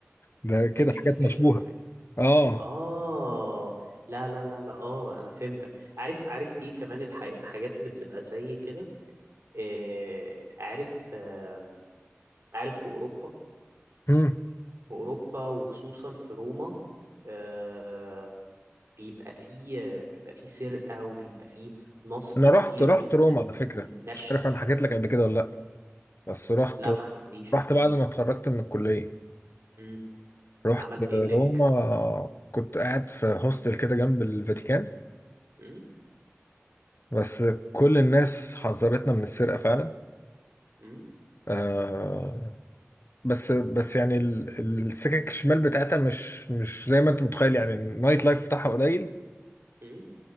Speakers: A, on the left; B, on the right.
A: ده كده
B: ده مش
A: حاجات
B: مساج
A: مشبوهه
B: ولا حاجة
A: اه
B: اه لا لا لا لا اه انا فهمتك عارف عارف ايه كمان الح... الحاجات اللي بتبقى زي كده آه عارف آه عارف في اوروبا
A: مم.
B: في اوروبا وخصوصا في روما آه، بيبقى فيه بيبقى فيه سرقة وبيبقى فيه نصب
A: انا
B: كتير
A: رحت رحت
B: جدا
A: روما على فكره
B: ونشل
A: مش عارف انا حكيت لك قبل كده ولا لا بس رحت
B: لا ما حكيتليش
A: رحت
B: احكي
A: بعد
B: لي
A: ما اتخرجت من الكليه
B: امم
A: رحت
B: عملت ايه هناك
A: روما كنت قاعد في هوستل كده جنب الفاتيكان
B: امم
A: بس كل الناس حذرتنا من السرقة فعلا
B: امم
A: آه بس بس يعني ال- السكك الشمال بتاعتها مش مش زي ما انت متخيل يعني النايت لايف بتاعها قليل
B: امم